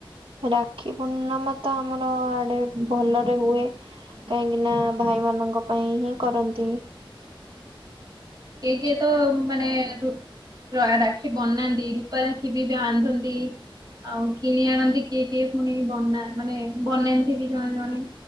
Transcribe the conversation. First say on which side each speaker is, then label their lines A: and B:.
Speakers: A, on the right; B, on the right.
A: ରାକ୍ଷୀ ପୂର୍ଣ୍ଣମା ତ ଆମର ଆଡେ ଭଲରେ ହୁଏ। କାହିଁକି ନା ଭାଇ ମାନଙ୍କ ପାଇଁ ହିଁ କରନ୍ତି।
B: କିଏ କିଏ ତ ମନେ ର ରାକ୍ଷୀ ବନାନ୍ତି ରୂପା ରାକ୍ଷୀ ବି ବାନ୍ଧନ୍ତି। ଆଉ କିଣି ଆଣନ୍ତି କିଏ କିଏ ପୁଣି ବନା ମାନେ ବନେଇକି ବି ଜଣେ ଜଣେ